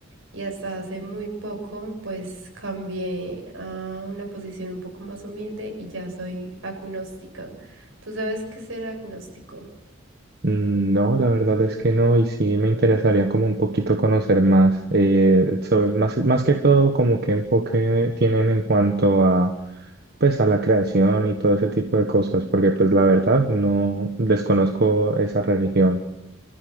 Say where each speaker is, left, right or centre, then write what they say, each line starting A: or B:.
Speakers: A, on the right (about 80°); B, on the right (about 50°).
A: Y hasta hace muy poco, pues cambié a una posición un poco más humilde y ya soy agnóstica. ¿Tú sabes qué es ser agnóstico?
B: Mm, No, la verdad es que no, y sí me interesaría como un poquito conocer más, eh, sobre, más, más que todo como qué enfoque tienen en cuanto a, pues a la creación y todo ese tipo de cosas, porque pues la verdad no desconozco esa religión.